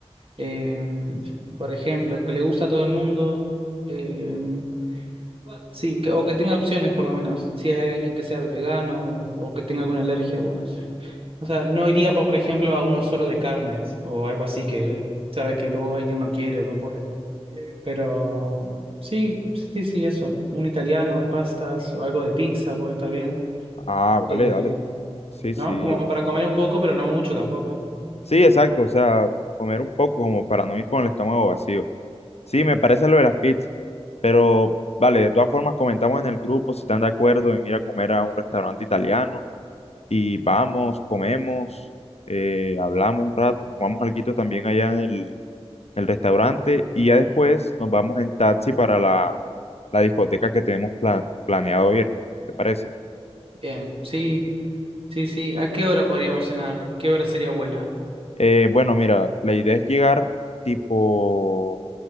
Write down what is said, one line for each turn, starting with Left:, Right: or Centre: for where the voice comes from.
Right: em, por ejemplo, que le gusta a todo el mundo, em, sí, que- o que tenga opciones por lo menos, si hay alguien que sea vegano o que tenga alguna alergia, bueno. O sea, no iría, por ejemplo, a uno solo de carnes o algo así que, sabes, que luego alguien no quiere o no puede. Pero sí, sí, sí, eso. Un italiano de pastas o algo de pizza puede estar bien.
Left: Ah,
Right: Eh,
Left: vale, dale. Sí, sí,
Right: ¿no? Como
Left: yo-
Right: para comer un poco, pero no mucho tampoco.
Left: Sí, exacto, o sea, comer un poco como para no ir con el estómago vacío. Sí, me parece lo de las pizzas, pero vale, de todas formas comentamos en el grupo si están de acuerdo en ir a comer a un restaurante italiano y vamos, comemos, eh, hablamos un rato, nos tomamos alguito también allá en el, el restaurante y ya después nos vamos en taxi para la, la discoteca que tenemos pla- planeado ir, ¿te parece?
Right: Bien, sí. Sí, sí. ¿A qué hora podríamos cenar? ¿Qué hora sería buena?
Left: Eh, bueno, mira, la idea es llegar tipo